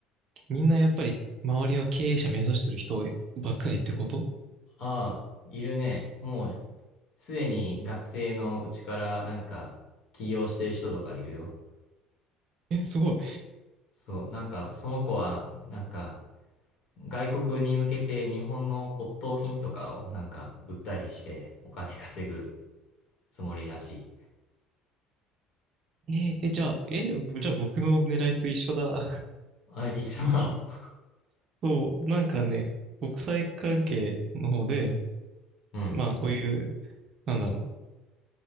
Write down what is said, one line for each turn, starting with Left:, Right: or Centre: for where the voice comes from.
Right: みんなやっぱり周りは経営者目指してる人ばっかりってこと
Left: ああ、いるね。もうすでに学生のうちからなんか起業してる人とかいるよ。
Right: え、すごい。
Left: そう、なんかその子はなんか外国に向けて日本の骨董品とかをなんか売ったりしてお金稼ぐつもりらしい。
Right: えーえ、じゃあ、え、じゃあ僕の狙いと一緒だ。<laughs>
Left: あ、一緒なの
Right: そう、なんかね、国際関係の方で、
Left: <laughs> うん。
Right: まあこういう、なんだろう。